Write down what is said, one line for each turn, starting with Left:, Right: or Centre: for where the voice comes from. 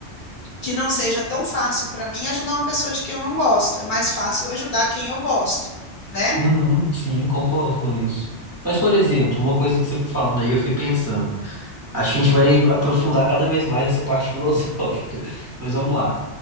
Left: que não seja tão fácil para mim ajudar uma pessoa de quem eu não gosto. É mais fácil eu ajudar quem eu gosto, né?
Right: uhum, sim, concordo com isso. Mas, por exemplo, uma coisa que você foi falando aí, eu fiquei pensando. Acho que a gente vai aprofundar cada vez mais essa parte <laughs> filosófica. Mas vamos lá.